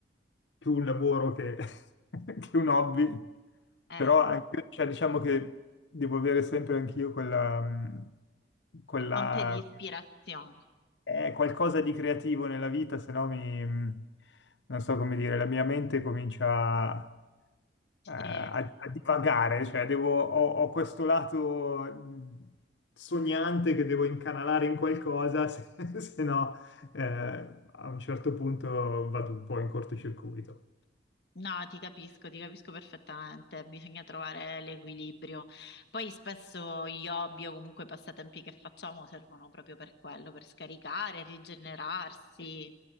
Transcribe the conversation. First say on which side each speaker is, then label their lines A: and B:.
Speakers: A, on the left; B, on the left.
A: più un lavoro che, <laughs> che un hobby,
B: ecco,
A: però anch'io- cioè, diciamo che devo avere sempre anch'io quella, mh, quella
B: fonte di ispirazione.
A: eh, qualcosa di creativo nella vita, se no mi, non so come dire, la mia mente comincia
B: Sì.
A: eh, a, a divagare, cioè devo, ho, ho questo lato mh, sognante che devo incanalare in qualcosa, <laughs> se, se no eh, a un certo punto vado un po' in cortocircuito.
B: No, ti capisco, ti capisco perfettamente, bisogna trovare l'equilibrio. Poi spesso gli hobby o comunque i passatempi che facciamo servono proprio per quello, per scaricare, rigenerarsi,